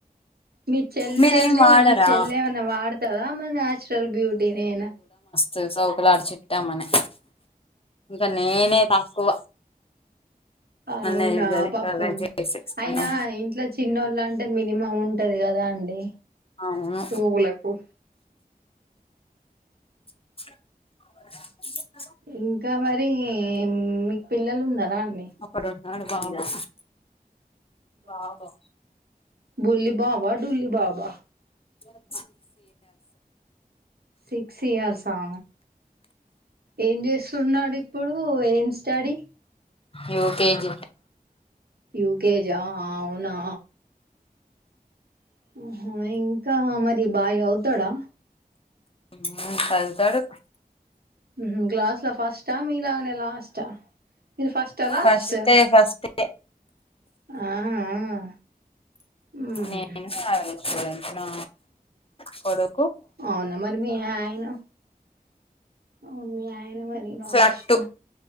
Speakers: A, on the right; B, on the left.
A: మీ చెల్లె
B: మీరేం
A: అండి
B: వాడరా
A: మరి మీ చెల్లె ఏమన్నా వాడుతదా మరి నచురల్ బ్యూటీ నేనా
B: చే సౌకులాడి చిట్టెమ్మ నే ఇంక నేనే తక్కువ
A: అవునా
B: నన్నే తిడతది
A: పాపం
B: అవే చేసేసుకున్నాం
A: అయినా ఇంట్లో చిన్నోళ్ళ అంటే మినిమం ఉంటది కదా అండి
B: అవును
A: పూగులకు
B: <inaudible>
A: ఇంకా మరి ఏం మీకు పిల్లలు ఉన్నారా అండి
B: అప్పుడున్నాడు బాగున్నా బాబా
A: బుల్లి బాబా డుల్లి బాబా
B: <inaudible>
A: సిక్స్ ఇయర్స్ ఆ. ఏం చేస్తున్నాడు ఇప్పుడు, ఏం స్టడీ.
B: యుకేజి
A: యూకేజా అవునా ఆహ ఇంకా మరి బాయావుతాడా
B: హ్మ్ సదుతాడు
A: హు హుమ్! క్లాస్ ల ఫస్టా మీలాగనే లాస్టా మీరు ఫస్టా లాస్టా
B: ఫస్ట్ ఫస్ట్
A: ఆ ఆ హ్మ్
B: నేను సదుకోన్ నా కోడు
A: అవునా మరి మీ ఆయన అవును మీ ఆయన మరి లాస్ట్
B: ఫ్లట్టు